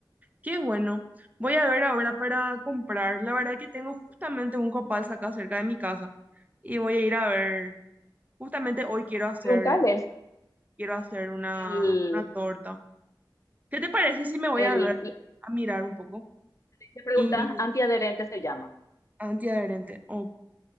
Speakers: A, on the right (about 20°); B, on the left (about 40°).
A: qué bueno. Voy a ver ahora para comprar. La verdad que tengo justamente un copal acá cerca de mi casa y voy a ir a ver. Justamente hoy quiero hacer,
B: Preguntarles,
A: quiero hacer una,
B: el,
A: una torta. ¿Qué te parece si me voy
B: el,
A: a ver a mirar un poco?
B: le preguntas
A: Y
B: antiadherente se llama.
A: antiadherente, ok.